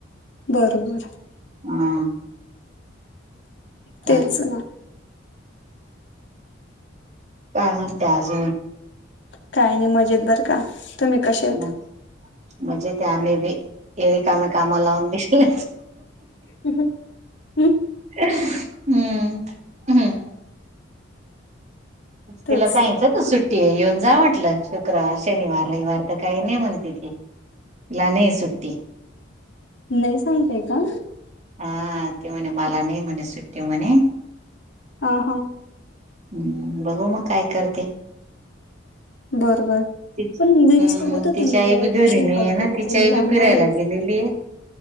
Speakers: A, on the left (about 65°); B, on the right (about 35°).
A: बरोबर
B: हम काय
A: तेच
B: नाही
A: ना
B: का त्याज
A: काय नाही मजेत बरं का तुम्ही कशे आहेत?
B: म मजेतेत आमही बी एरिकामे कामा लावून दिसले
A: ह् ह हम्
B: हम्म हम्म
A: तेच
B: तिला सांगच त सुट ते येऊन जा म्हटलं शुक्रवार शनिवार रविवार तर काही नाही म्हणते ती ला नाही सु्टी
A: नाही सांगतेय का
B: हा ते म्हणे मला नाही म्हणे सुट्टी म्हणे
A: हा हा
B: हम्म बघू मग काय करते
A: बरोबर
B: हम्म
A: पण जरी सांगत हो
B: तिची
A: तुम्ही
B: आई
A: रहिवाषन
B: बी घरी नाही
A: घल
B: आहे
A: कुठेतरी
B: ना तिची आई बी
A: जाणार
B: फिरायला
A: आहे
B: गेलेली